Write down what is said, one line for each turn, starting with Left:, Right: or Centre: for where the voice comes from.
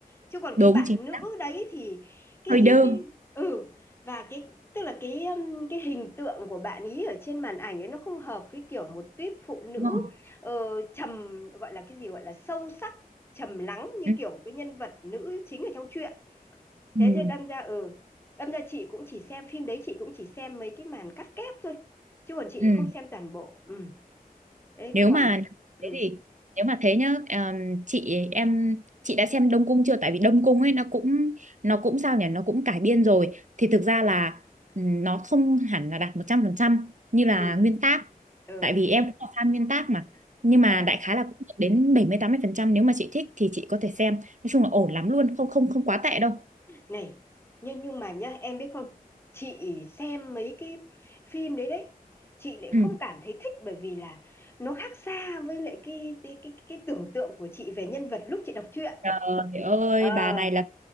Left: chứ còn
Right: đúng
Left: cái bạn
Right: chính
Left: nữ
Right: xác,
Left: đấy thì cái
Right: hơi
Left: cái
Right: đơ.
Left: cái ừ và cái tức là cái um, cái hình tượng của bạn ý ở trên màn ảnh ấy nó không hợp với kiểu một típ phụ nữ
Right: Đúng không?
Left: ờ, trầm gọi là cái gì gọi là sâu sắc trầm lắng như
Right: Ừ.
Left: kiểu cái nhân vật nữ chính ở trong truyện
Right: Ừ.
Left: thế thế đâm ra ừ đâm ra chị cũng chỉ xem phim đấy chị cũng chỉ xem mấy cái màn cắt ghép thôi chứ còn chị lại
Right: ừ.
Left: không xem toàn bộ ừ đấy
Right: nếu
Left: có còn
Right: mà
Left: ừ
Right: thế thì nếu mà thế nhá ờm, chị em chị đã xem Đông Cung chưa tại vì Đông Cung ấy nó cũng nó cũng sao nhỉ nó cũng cải biên rồi thì thực ra là ừm, nó không hẳn là đạt 100% như là
Left: ừ
Right: nguyên tác
Left: ừ
Right: tại vì em cũng là fan nguyên tác mà nhưng mà
Left: ờ.
Right: đại khái là cũng được đến bảy mươi mươi tám mươi phần trăm nếu mà chị thích thì chị có thể xem nói chung là ổn lắm luôn không không không quá tệ đâu
Left: này nhưng nhưng mà nhá em biết không chị xem mấy cái phim đấy đấy chị lại không
Right: ừ.
Left: cảm thấy thích bởi vì là nó khác xa với lại cái cái cái, cái tưởng tượng của chị về nhân vật lúc chị đọc truyện
Right: trời ơi
Left: ờ
Right: bà này là